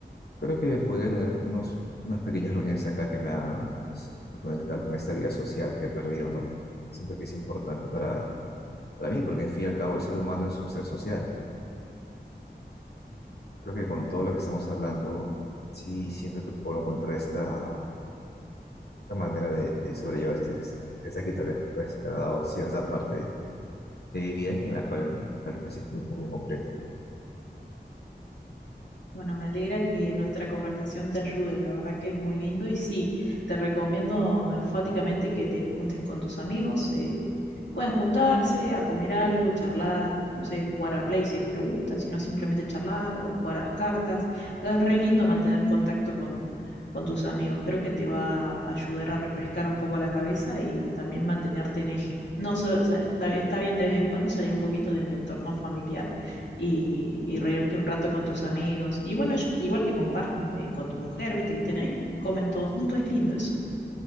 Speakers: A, on the left; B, on the left.
A: creo que podría tener unos, unas pequeñas reuniones acá que me hagan pues, reconectar con esta vida social que he perdido, ¿no? Siento que es importante para, para mí, porque en fin y al cabo el ser humano es un ser social. Creo que con todo lo que estamos hablando, sí siento que puedo encontrar esta, esta manera de, de sobrellevar este, este, esta que tal vez pues, me ha dado cierta parte de mi vida que en la cual tal vez me sentí un poco incompleto.
B: Bueno, me alegra que nuestra conversación te ayude, la verdad que es muy lindo y sí, te recomiendo enfáticamente que te juntes con tus amigos, eh, pueden juntarse a comer algo, charlar, no sé, jugar a la Play si es que le gusta, si no simplemente charlar o jugar a las cartas. Es re lindo mantener contacto con, con tus amigos, creo que te va a ayudar a refrescar un poco la cabeza y también mantenerte en eje. No, so- o sea, está, está bien de vez en cuando salir un poquito del entorno familiar y, y reírte un rato con tus amigos. Y bueno, ellos te- igual que compartan eh, con tu mujer, viste que estén ahí, comen todos juntos, es lindo eso.